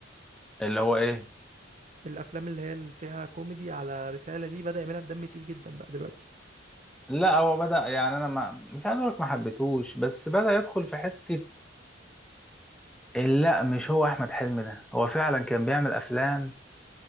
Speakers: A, in the centre; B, on the right (about 40°).
A: اللي هو ايه
B: الأفلام اللي هي اللي فيها كوميدي على رسالة دي بدأ يعملها بدم تقيل جدا بقى دلوقتي
A: لا هو بدأ يعني انا ما مش عايز اقول لك ما حبيتهوش بس بدأ يدخل في حتة ال- لا مش هو احمد حلمي ده هو فعلا كان بيعمل افلام